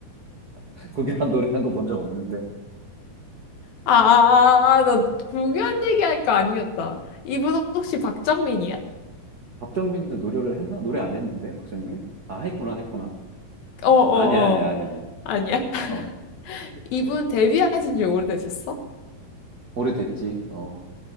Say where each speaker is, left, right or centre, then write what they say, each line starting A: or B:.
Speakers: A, on the right; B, on the left.
A: <laughs> 구결한 노래 한 거 본 적 없는데.
B: 아, 아, 아, 아, 아, 나 구교환 얘기할 거 아니었다. 이분 혹시 박정민이야?
A: 박정민도 노래를 했나? 노래 안 했는데, 박정민? 아, 했구나, 했구나.
B: 어, 어,
A: 아니야, 아니야,
B: 어.
A: 아니야, 아니야.
B: 아니야. <laughs>
A: 어,
B: 이분 데뷔하신 지 오래되셨어?
A: 오래됐지. 어,